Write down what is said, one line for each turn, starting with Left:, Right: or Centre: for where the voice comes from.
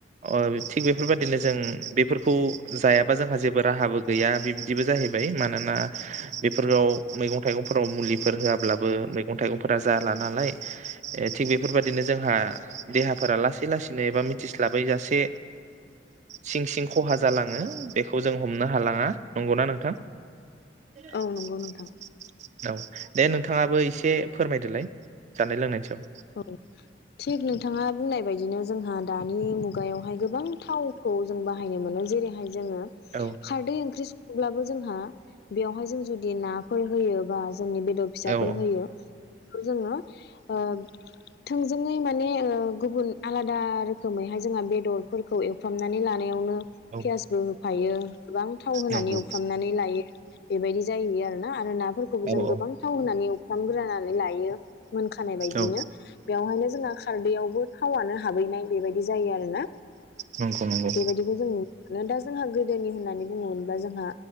Right: अ थिग बेफोरबायाददिनो जों बेफोरखौ जायाबा जोंहा जेबो राहाबो गैया बिब्दिबो जाहैबाय। मानोना बेफोराव मैगं थाइगंफोराव मुलिफोर होआब्लाबो मैगं थाइगंफोरा जालानालाय। ओ थिग बेफोरबादिनो जोंहा देहाफोरा लासै लासैनो एबा मिथिस्लाबै जासे सिं सिं खहा जालाङो। बेखौ जों हमनो हालाङा नंगौना नोंथां? <inaudible>
Left: औ नंगौ नोंथां
Right: औ। दे नोंथाङाबो एसे फोरमायदोलाय जानाय लोंनायनिसायाव
Left: औ थिक नों थाङा बुंनाय बायदिनो जोंहा दानि मुगायावहाय गोबां थावखौ जों बाहाय <unintelligible> जेरैहाय जोङो
Right: औ
Left: खारदै ओंख्रि सं अब्लाबो जोंहा बेवहाय जों जुदि नाफोर होयोबा जोंनि बेदर फिसाफोर
Right: औ औ औ
Left: होयो बेखौ जोङो ओ थोंजोङै माने ओ गुबुन आलादा रोखोमैहाय जोंहा बेदरफोरखौ एवफ्रामनानै लानायावनो
Right: औ
Left: पियासबो होफायो गोबां थाव होनानै
Right: नंगौ
Left: एवफ्रामनानै लायो। बेबायदि जायैयो आरो ना आरो ना फोरखौबो
Right: औ
Left: जों
Right: औ
Left: गोबां थाव होनानै एव फ्रामग्रोनानै लायो। मोनखानाय बायदिनो।
Right: औ
Left: बेवहायनो जोंहा खारदैयावबो थावआनो हाबहैनाय बेबायदि जायो आरोना।
Right: नंगौ नंगौ
Left: बेबायदिखौ जों नु दा जोंहा गो गोदोनि होननानै बुङोमोनब्ला जोंहा